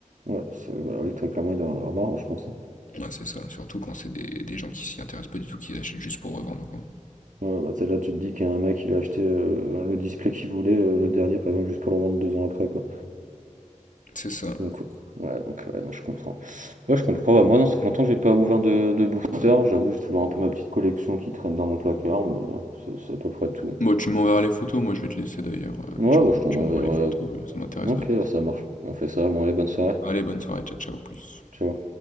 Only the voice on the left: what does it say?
Ouais, c'est ça, surtout quand c'est des, des gens qui s'y intéressent pas du tout, qui achètent juste pour revendre, quoi.
C'est ça.
Moi, tu m'enverras les photos, moi je vais te laisser d'ailleurs, euh,
tu, m-
tu
m'envoies les photos, euh, ça m'intéresse
de voir.
ça. Allez, bonne soirée, ciao, ciao, au plus.